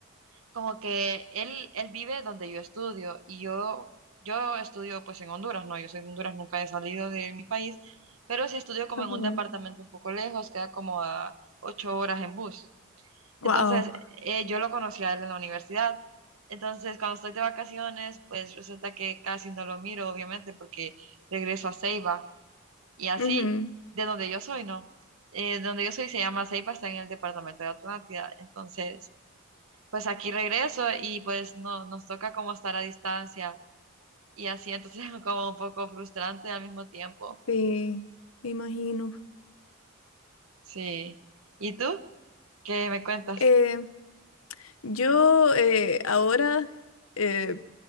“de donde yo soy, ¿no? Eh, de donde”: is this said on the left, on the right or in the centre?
Right